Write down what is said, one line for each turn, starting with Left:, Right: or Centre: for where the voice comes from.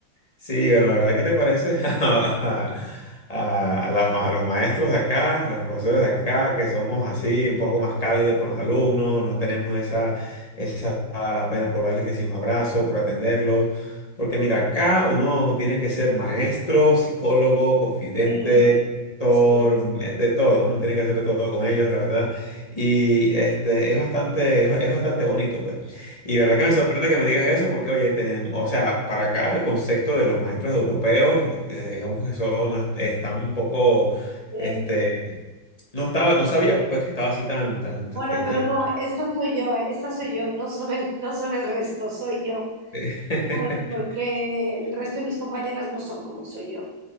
Left: Sí, bueno, la verdad, ¿qué te parece <laughs> a, a- a las ma- a los maestros de acá, los profesores de acá, que somos así un poco más cálidos con los alumnos, no tenemos esa, esa pena por darles que sí un abrazo, por atenderlos? Porque mira, acá uno tiene que ser maestro, psicólogo, confidente,
Right: Sí,
Left: doctor,
Right: sí,
Left: de todo, uno tiene que hacer de todo con ellos, la verdad. Y este, es bastante, es bastante bonito, pues. Y
Right: sí,
Left: verdad que me sorprende que me digas eso porque, oye, ten- o sea, para acá el concepto de los maestros europeos, eh, digamos que son, no- están un poco,
Right: sí.
Left: este, no estaba, no sabía pues que estaba así tan, tan, que,
Right: Bueno, pero
Left: que...
Right: no, esta soy yo, eh, esta soy yo, no son el, no son el resto, soy yo.
Left: <laughs>
Right: ¿sabes? Porque el resto de mis compañeras no son como soy yo.